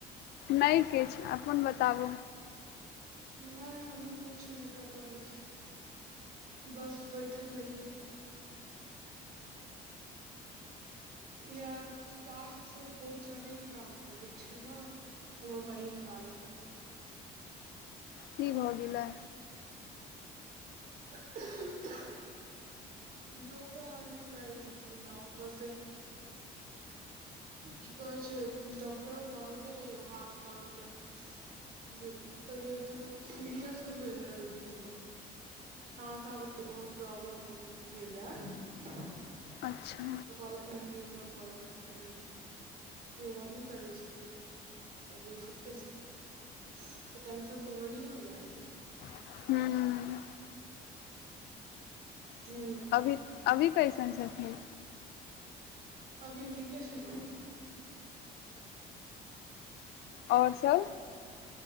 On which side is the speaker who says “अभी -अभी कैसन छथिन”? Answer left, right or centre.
Left